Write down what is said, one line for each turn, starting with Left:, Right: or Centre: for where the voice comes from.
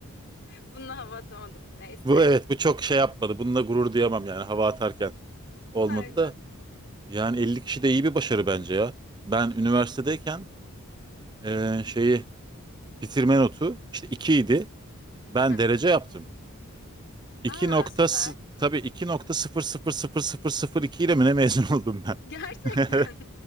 Left: Bununla hava atamadım. Neyse.
Right: Bu evet bu çok şey yapmadı. Bununla gurur duyamam yani hava atarken olmadı
Left: <laughs> Aynen.
Right: da. Yani 50 kişi de iyi bir başarı bence ya. Ben üniversitedeyken eee, şeyi bitirme notu işte 2 idi. Ben
Left: Hı hı.
Right: derece yaptım. 2
Left: Aa
Right: nokta
Left: süper.
Right: s- tabii 2.000002 ile mi ne mezun oldum ben?
Left: Gerçekten.
Right: <laughs>